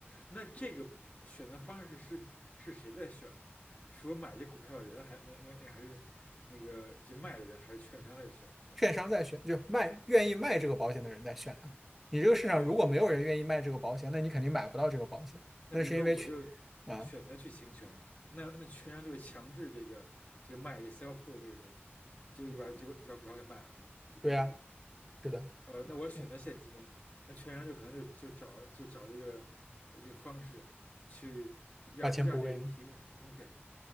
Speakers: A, on the left; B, in the centre.
A: 那这个选择方式是是谁在选呢？是我买这股票的人，还那那那还是那个就卖的人，还是券商在选择？
B: 券商在选，就是卖愿意卖这个保险的人在选啊。你这个市场如果没有人愿意卖这个保险，
A: 哦，
B: 那你肯定买不到这个保险。
A: 那比如说我就选择去行权，
B: 那是因为去啊，
A: 那那券商就会强制这个这个卖 sell put 的这个人，就就把就就把股票给卖了，对那个对吧？
B: 对呀，是的，
A: 呃，那我选择现金，
B: 嗯，
A: 那券商就可能就就找就找这个呃这个方式去让让这人提供提供现金。
B: 把钱补给你，